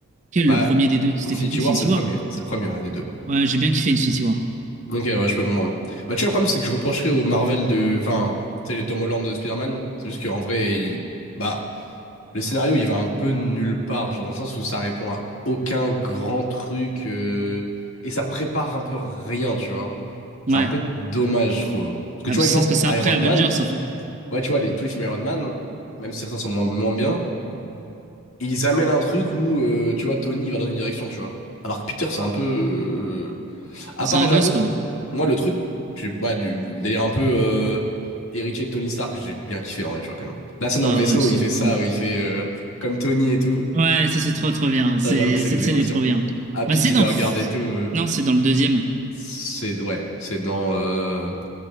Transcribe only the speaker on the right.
lequel
le premier des deux? C'était
Infinity
War.
Ouais, j'ai bien kiffé Infinity War.
Ouais.
Ah,
parce
que Ça se passe après
Avengers,
en fait.
C'est
un
gosse, quoi.
Ah
ouais, c'est
trop
cool.
Ouais, ça c'est trop trop bien.
C'est
cette
scène
est trop bien.
Bah c'est
dans
non c'est dans le deuxième.